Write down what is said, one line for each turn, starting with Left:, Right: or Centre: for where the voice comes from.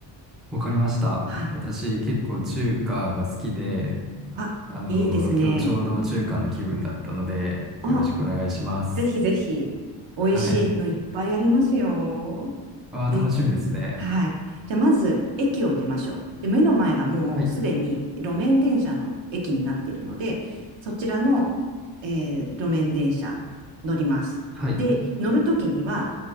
Centre: わかりました。
Right: はい。
Centre: 私、結構中華が好きで、
Right: あ、
Centre: あの今日ちょうど中華の気分だったので、
Right: いいですね。あ、
Centre: よろしくお願いします。
Right: ぜひぜひ、美味しいのいっぱいありますよ。
Centre: はい。ああ、
Right: で、
Centre: 楽しみですね。
Right: はい。じゃあ、まず、駅を出ましょう。で、目の前がもうすでに路面電車の駅になっているので、
Centre: はい。
Right: そちらの、えー路面電車乗ります。
Centre: はい。
Right: で、乗るときには、